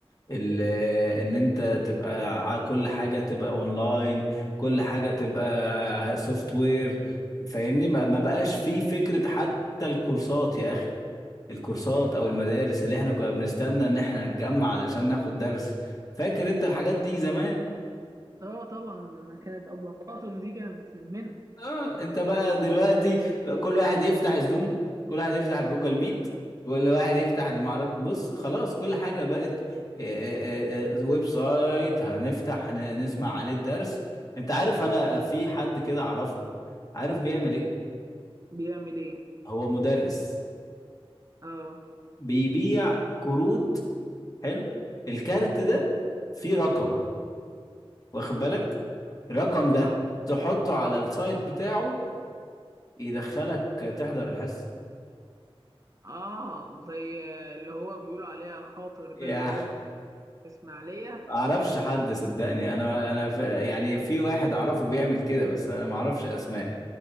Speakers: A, on the left; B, on the right.
A: ال- ان انت تبقى ع- كل حاجة تبقى اونلاين كل حاجة تبقى سوفت وير فاهمني ما ما بقاش في فكرة حتى الكورسات يا اخي الكورسات او المدارس اللي احنا كنا بنستنى ان احنا نتجمع علشان ناخد درس فاكر انت الحاجات دي زمان
B: اه طبعا انا كانت ابله خاطف دي كانت بتلمنا
A: اه انت بقى دلوقتي بقى كل واحد يفتح الزوم كل واحد يفتح جوجل ميت كل واحد يفتح اللي معرف بص خلاص كل حاجة بقت آه، آه، آه، ويب سايت هنفتح ن- نسمع عليه الدرس انت عارف انا في حد كده اعرفه عارف بيعمل ايه
B: بيعمل ايه
A: هو مدرس
B: اه
A: بيبيع كروت حلو الكارت ده فيه رقم واخد بالك الرقم ده
B: اه
A: تحطه على السايت بتاعه يدخلك تحضر الحصة
B: آه، زي اللي هو بيقولوا عليها خاطر ده
A: يا
B: اللي هو في اسماعيلية
A: اعرفش حد صدقني انا انا ف... يعني في واحد اعرفه بيعمل كده بس انا ما اعرفش اسماء